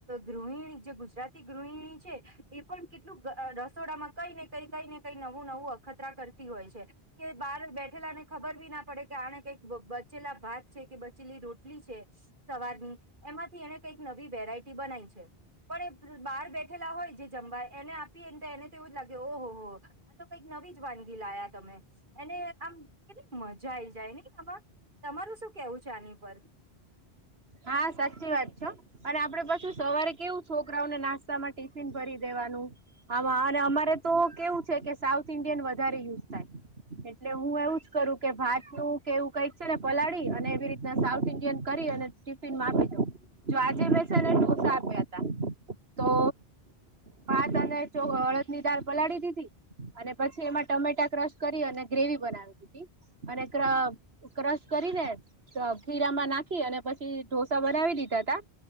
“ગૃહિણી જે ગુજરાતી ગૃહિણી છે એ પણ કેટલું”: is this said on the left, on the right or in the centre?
Right